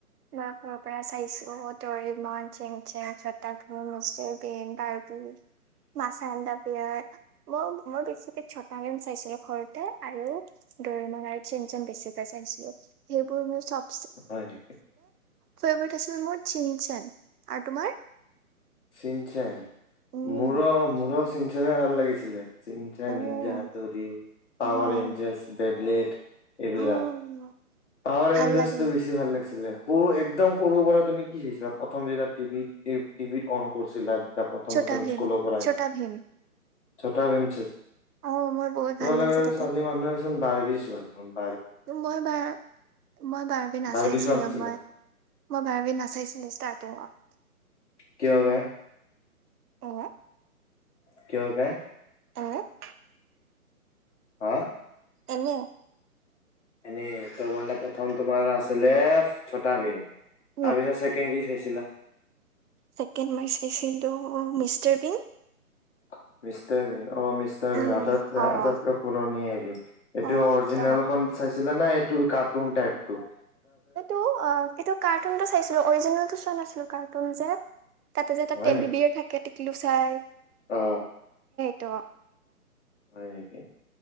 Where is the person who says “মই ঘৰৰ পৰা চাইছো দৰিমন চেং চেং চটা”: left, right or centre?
Right